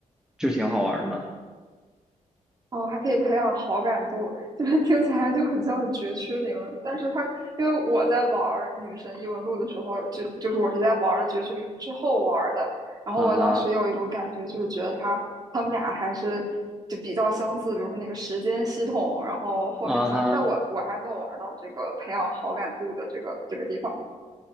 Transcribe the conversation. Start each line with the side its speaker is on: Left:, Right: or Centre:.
Centre: 就挺好玩的
Right: 哦，还可以培养好感度，<laughs> 就是听起来就很像是绝区零。但是它因为我在玩女神异闻录》的时候，就就是我是在玩了绝区零之后玩的。然后我当时有一种感觉，
Centre: 啊哈
Right: 就是觉得它他们俩还是就比较相似，比如说那个时间系统，然后后面像，
Centre: 啊哈
Right: 但我我还没有玩到这个培养好感度的这个这个地方。